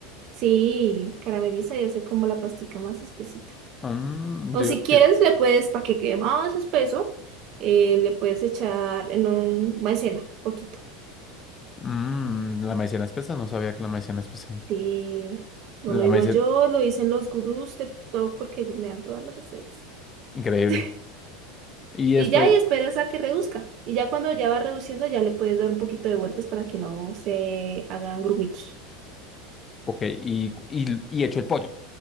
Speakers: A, on the right; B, on the left.
A: sí, carameliza y hace como la pastica más espesita.
B: Mm,
A: O
B: yo
A: si
B: iba a
A: quieres,
B: decir,
A: le puedes, para que quede más espeso, eh, le puedes echar en un maicena, poquito.
B: mm, la maicena espesa, no sabía que la maicena espesa.
A: Sí, no
B: La
A: lo digo
B: maicena,
A: yo, lo dicen los gurús de TikTok porque ellos me dan todas las recetas.
B: increíble.
A: <laughs>
B: Y después,
A: Y ya y esperas a que reduzca. Y ya cuando ya va reduciendo, ya le puedes dar un poquito de vueltas para que no se hagan grumitos.
B: ok, y, y, y hecho el pollo,